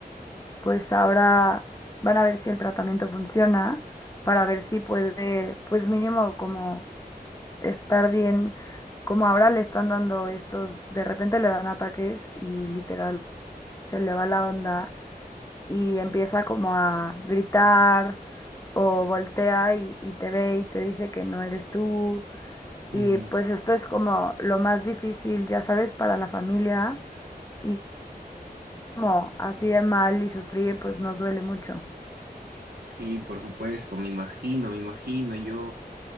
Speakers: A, on the left; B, on the right.
A: pues ahora van a ver si el tratamiento funciona, para ver si puede, pues mínimo como estar bien, como ahora le están dando estos, de repente le dan ataques y literal se le va la onda y empieza como a gritar o voltea y, y te ve y te dice que no eres tú y
B: Mm,
A: pues esto es como lo más difícil, ya sabes, para la familia. Y como así de mal y sufrir, pues nos duele mucho.
B: sí, por supuesto, me imagino, me imagino, yo